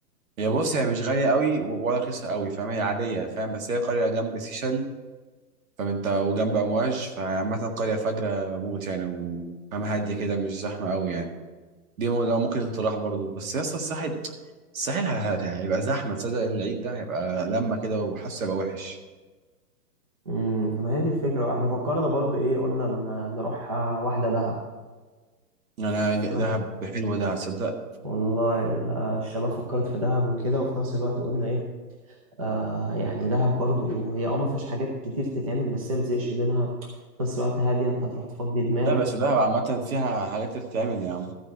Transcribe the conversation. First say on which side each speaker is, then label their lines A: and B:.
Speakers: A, on the right; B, on the right.
A: هي بص هي مش غاليه قوي ولا رخيصه قوي فاهم هي عاديه فاهم بس هي قريه جنب سيشل فاهم انت وجنب امواج فعامه قريه فجره موت يعني وفاهم هاديه كده مش زحمه قوي يعني دي مو- ده ممكن اقتراح برضو بس يا اسطى الساحل الساحل ه- ه- يعني هيبقى زحمه تصدق العيد ده هيبقى لما كده وحاسه هيبقى وحش
B: مم. ما هي دي الفكرة احنا فكرنا برضو ايه قلنا ن- نروح آه، واحدة دهب
A: انا ج-
B: قالك
A: دهب حلو ده تصدق
B: والله ال- آه، الشباب فكرت في دهب وكده وفي نفس الوقت قلنا ايه آه يعني دهب برضو هي اه ما فيهاش حاجات كتير تتعمل بس هي بتزهقش منها في نفس الوقت هادية انت هتروح تفضي دماغك
A: لا بس دهب عامه فيها حاجات كتير تعمل يا عم